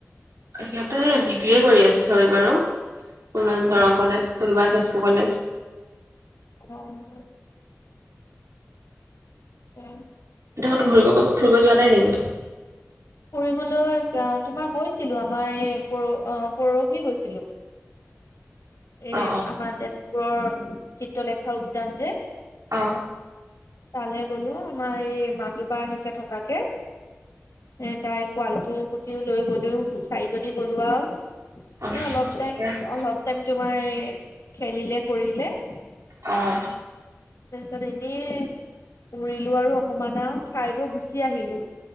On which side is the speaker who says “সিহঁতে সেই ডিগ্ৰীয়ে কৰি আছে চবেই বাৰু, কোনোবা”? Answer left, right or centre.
Right